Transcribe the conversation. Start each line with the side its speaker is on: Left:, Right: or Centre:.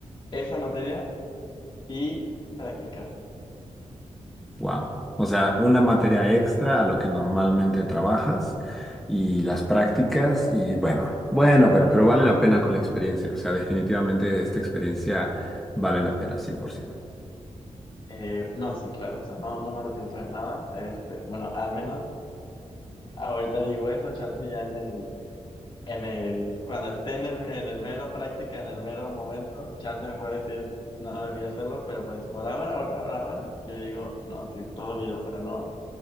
Left: esa materia y prácticas.
Centre: Wow. O sea, una materia extra a lo que normalmente trabajas y las prácticas y bueno, bueno, bueno, pero vale la pena con la experiencia. O sea, definitivamente esta experiencia vale la pena 100%.
Left: Eh, no, sí, claro, o sea, no, no me arrepiento de nada, este, bueno, al menos ahorita digo eso, chance ya en el En el, cuando esté en el, en el mero práctica, en el mero momento, chance puede decir, no debía hacerlo, pero pues por ahora, ahora, ahora, ahora, yo digo, no, sí, todo bien, o sea, no,